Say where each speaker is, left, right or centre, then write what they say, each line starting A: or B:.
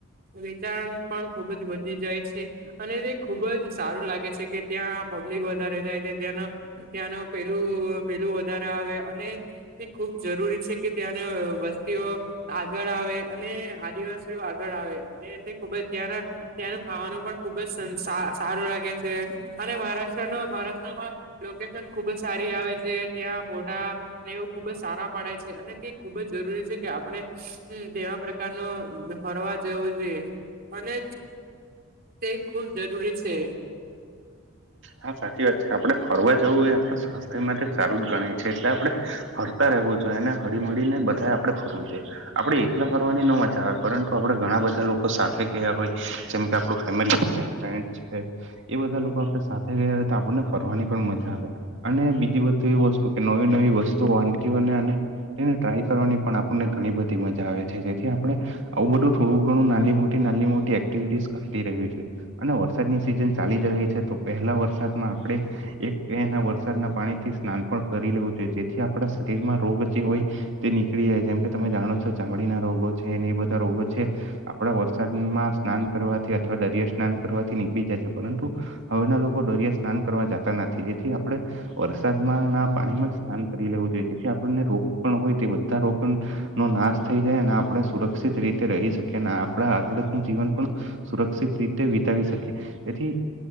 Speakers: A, on the right; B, on the right.
A: વેચાણ પણ ખુબ જ વધી જાય છે. અને તે ખુબ જ સારું લાગે છે કે ત્યાં પબ્લિક વધારે જાય તે ત્યાંના ત્યાંનો પેલું પેલું વધારા આવે અને ખૂબ જરૂરી છે કે ત્યાંને વસ્તીઓ આગળ આવે અને આદિવાસીઓ આગળ આવે અને એને ખુબ જ ત્યારા ત્યાંનું ખાવાનું પણ ખુબ જ સન સારું લાગે છે. અને મહારાષ્ટ્ર ન મહારાષ્ટ્રમાં લોકેશન ખુબ જ સારી આવે છે. ત્યાં ફોટા ને એવું ખુબ જ સારા પડાય છે અને તે ખુબ જ જરૂરી છે કે આપણે તેવા પ્ર ન ફરવા જવું જોઈએ અને તે ખૂબ જરૂરી છે.
B: હા સાચી વાત છે આપડે ફરવા જવું ઍ આપડે સારું જ ગણાય છે એટલે આપડણે ફરતા રહેવું જોઈએ એને હળી મળળીને બધા આપડે ફરવું જોઈએ. આપડણે એકલા ફરવાની ન મજ આવે પરંતુ આપડણે ઘણા બધા લોકો સાથે ગયા હોય જેમ કે આપણું ફેમિલી જેમ ફ્રેન્ડ છે એ બધા લોકો આપડે સાથે ગયા હોય તો આપણને ફરવાની પણ મજા આવે. અને બીજી બધું એ વસ્તુ કે નવી નવી વસ્તુ વાનગીઓને અને એને ટ્રાય કરવાની પણ આપણને ઘણી બધી મજા આવે છે જેથી આપણે આવું બધું થોડું ઘણું નાની મોટી નાની મોટી એક્ટિવિટીસ કરતી રહેવી જોઈએ. અને વરસાદની સિઝન ચાલી જ રહી છે તો પહેલા વરસાદમાં આપણે એકના વરસાદના પાણી થી સ્નાન પણ કરી લેવું જોઈએ જેથી આપણા શરીરમાં રોગ જે હોય તે નીકળી જાય જેમ કે તમે જાણો છો ચામડીના રોગો છે ને એ બધા રોગો છે. આપડા વરસાદમાં સ્નાન કરવાથી અથવા દરિયા સ્નાન કરવાથી નીકળી જાય છે. પરંતુ હવેના લોકો દરિયા સ્નાન કરવા જાતા નથી જેથી આપણે વરસાદમાં ના પાણીમાં જ સ્નાન કરી લેવું જોઈએ તેથી આપણને રોગ પણ હોય તે બધા રોગ પણ નો નાશ થઈ જાય અને આપણે સુરક્ષિત રીતે રહી શકીએ અને આપણા આગળ નું જીવન પણ સુરક્ષિત રીતે વિતાવી શકે. તેથી